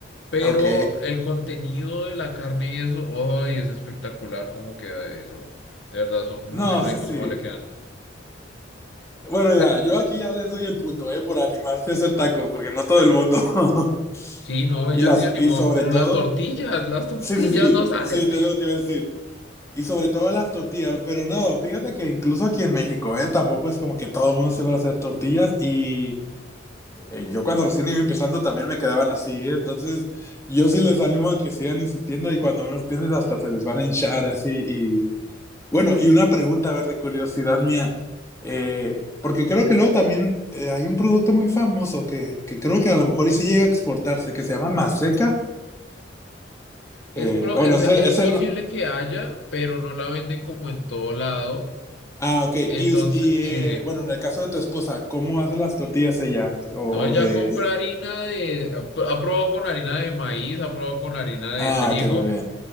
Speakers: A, on the left (about 65°); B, on the left (about 15°).
A: pero
B: Ok.
A: el contenido de la carne y eso, ¡ay! es espectacular cómo queda eso. De verdad, son
B: No,
A: muy ricos
B: sí, sí.
A: cómo le quedan.
B: Bueno, mira,
A: Pero
B: yo aquí ya les doy el punto, ¿eh? Por animarse a hacer tacos, porque no todo el mundo. <laughs>
A: sí, no, ella
B: Y las,
A: sí se animó,
B: y sobre
A: pero
B: todo,
A: las tortillas, las tortillas
B: sí, sí, sí,
A: no salen.
B: sí, te lo que te iba a decir. Y sobre todo las tortillas, pero no, fíjate que incluso aquí en México, ¿eh? Tampoco es como que todo el mundo se va a hacer tortillas y eh, yo cuando recién iba empezando también me quedaban así, ¿eh? Entonces, yo sí les animo a que sigan insistiendo y cuando menos pienses hasta se les van a hinchar así y bueno, y una pregunta, a ver, de curiosidad mía, eh, porque creo que luego también eh, hay un producto muy famoso que, que creo que a lo mejor y sí llega a exportarse, que se llama Maseca.
A: Es,
B: Eh,
A: pro-
B: ah,
A: o
B: bueno,
A: sea,
B: es el,
A: es
B: es
A: posible
B: el no-
A: que haya, pero no la venden como en todo lado.
B: Ah, ok.
A: Entonces,
B: Y, us- y,
A: sí,
B: eh,
A: sí.
B: bueno, en el caso de tu esposa, ¿cómo hace las tortillas ella? O,
A: No, ella
B: o de...
A: compra harina de... Ha probado con harina de maíz, ha probado con harina de
B: Ah,
A: trigo.
B: que me bien.